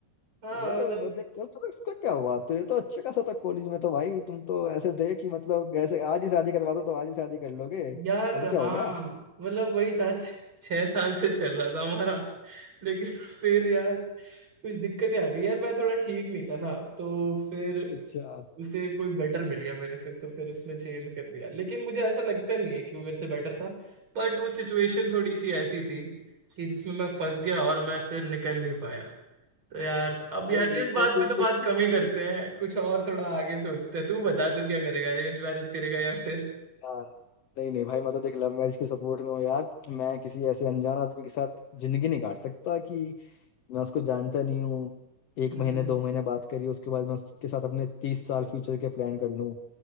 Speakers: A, on the right (about 40°); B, on the left (about 65°).
A: हाँ
B: वो तो
A: मतलब
B: वो देख कल तो इसका क्या हुआ तेरे तो अच्छा खासा था कॉलेज में तो भाई तुम तो ऐसे थे कि मतलब ऐसे आज ही शादी करवा दो तो आज ही शादी कर लोगे
A: यार
B: अब क्या
A: हाँ
B: हो गया
A: मतलब वही था छ- छह साल से चल रहा था हमारा लेकिन फिर यार कुछ दिक्कतें आ गई यार मैं थोड़ा ठीक नहीं था ना तो फिर
B: अच्छा
A: उसे कोई बेटर मिल गया मेरे से तो फिर उसने चेंज कर दिया लेकिन मुझे ऐसा लगता नहीं है कि वो मेरे से बेटर था बट वो सिचुएशन थोड़ी सी ऐसी थी कि जिसमें मैं फंस गया और मैं फिर निकल नहीं पाया तो यार अब
B: भाई
A: यार इस
B: ये
A: बात
B: तो तू
A: पे तो बात
B: कुछ
A: कम ही करते हैं कुछ और थोड़ा आगे सोचते हैं तू बता तू क्या करेगा अरेंज मैरिज करेगा या फिर
B: हाँ नहीं नहीं भाई मैं तो देख लव मैरिज के सपोर्ट में हूँ यार मैं किसी ऐसे अनजान आदमी के साथ जिंदगी नहीं काट सकता कि मैं उसको जानता नहीं हूँ एक
A: हम्म
B: महीने दो महीने बात करी उसके बाद मैं उसके साथ अपने तीस साल फ्यूचर के प्लान कर लूँ